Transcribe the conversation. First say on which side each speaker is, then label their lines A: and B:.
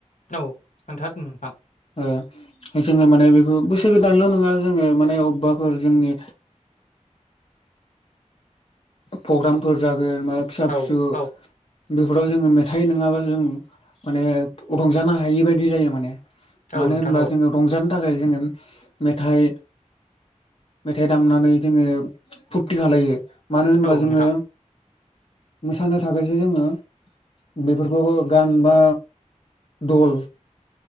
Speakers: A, on the left; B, on the left.
A: औ खोन्थादों नोंथां
B: ओ जोङो माने बे बोसोर गोदानल' नङा जोङो माने अबेबाफोर जोंनि प्रग्रामफोर जागोन बा फिसा
A: औ
B: फिसौ
A: औ
B: बेफोराव जोङो मेथाइ नङाबा जों माने रंजानो हायि बायदि जायो माने
A: औ
B: मानो
A: नोंथां
B: होनबा
A: औ
B: जोङो रंजानो थाखाय जोङो मेथाइ मेथाइ दामनानै जोङो फुरथि खालायो मानो होनबा
A: औ
B: जोङो
A: नोंथां
B: मोसानो थाखायसो जोङो बेफोरखौ गान बा दल